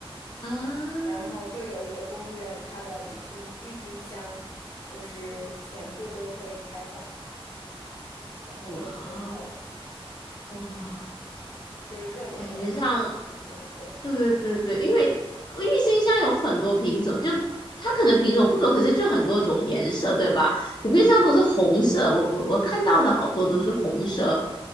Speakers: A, on the left; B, on the left.
A: 啊，
B: 然后就有一个公园，它的郁金郁金香就是全部都会开放，然后就特别漂亮，
A: 哇哦，哇，
B: 就是各种颜色的郁金香，
A: 感觉上
B: 对
A: 对对对，因为郁金香有很多品种，就它可能品种不多，可是就很多种颜色，对吧？普遍上都是红色，我我我看到的好多都是红色、